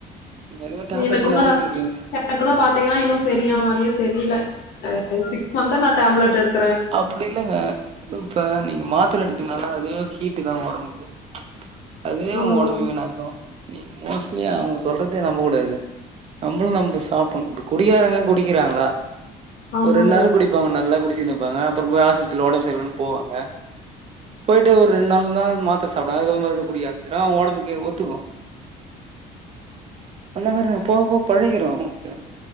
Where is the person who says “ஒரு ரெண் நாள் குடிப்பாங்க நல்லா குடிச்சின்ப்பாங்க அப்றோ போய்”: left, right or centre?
Right